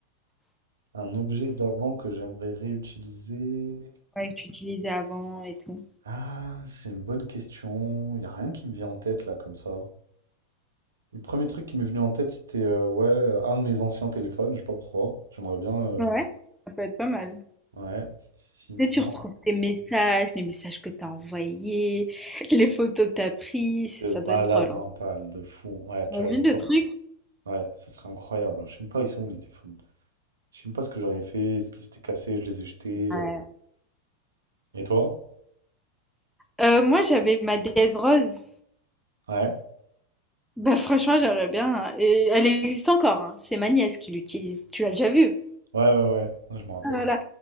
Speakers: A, on the right; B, in the centre.
A: Un objet d'avant que j'aimerais réutiliser.
B: Ouais, que tu utilisais avant et tout.
A: Ah, c'est une bonne question. Il a rien qui me vient en tête, là, comme ça. Le premier truc qui m'est venu en tête, c'était euh, ouais, euh, un de mes anciens téléphones, je sais pas pourquoi. J'aimerais bien. euh,
B: Ouais, ça peut être pas mal.
A: Ouais. Sinon,
B: Tu sais, tu retrouves tes messages, les messages que tu as envoyés, les photos que tu as prises.
A: de
B: Ça
A: malade
B: doit être drôle,
A: mental,
B: hein.
A: de fou. Ouais, tu
B: Imagine
A: vois, j'aime
B: le
A: pas.
B: truc.
A: Ouais, ça serait incroyable. hein. Je sais même pas, ils sont où les téléphones? Je sais même pas ce que j'aurais fait, ce qui s'était cassé, je les ai jetés.
B: Ouais.
A: euh. Et toi?
B: Euh, moi, j'avais ma déesse rose.
A: Ouais.
B: Bah, franchement, j'aimerais bien. hein. Et elle existe encore, hein. C'est ma nièce qui l'utilise. Tu l'as déjà vue?
A: Ouais, ouais, ouais, Ouais, je me rappelle.
B: Ah là là.